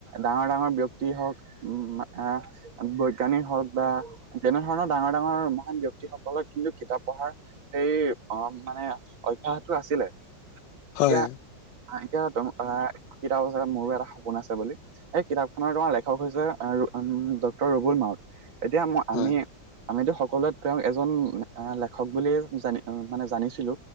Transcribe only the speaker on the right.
ডাঙৰ- ডাঙৰ ব্যক্তি হওক, উম, আহ বৈজ্ঞানিক হওক বা তেনেধৰণৰ ডাঙৰ- ডাঙৰ মহান ব্যক্তি ব্যক্তিসকলে কিন্তু কিতাপ পঢ়াৰ সেই মানে অভ্যাসটো আছিলে।
এতিয়া <unintelligible> যে মোৰো এটা সপোন আছে বুলি, এই কিতাপখনৰ তোমাৰ লেখক হৈছে উম ডক্টৰ ৰুবুল মাউত। এতিয়া ম আমি,
আমিতো সকলোৱে তেওঁক এজন লেখক বুলিয়ে জানি মানে জানিছিলো।